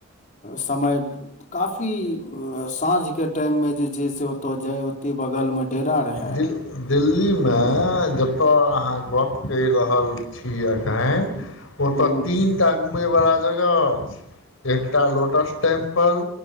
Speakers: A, on the left; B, on the left.
A: समय काफी साँझ केँ टाइम में जे छै से ओतो जाय ओतै बगल में डेरा रहै
B: दिल दिल्लीमे
A: <inaudible>
B: अहाँ गप कर रहल छी अख ओ
A: ह
B: तीनटा घुमै वला जगह अछि एक लोटस टेम्पल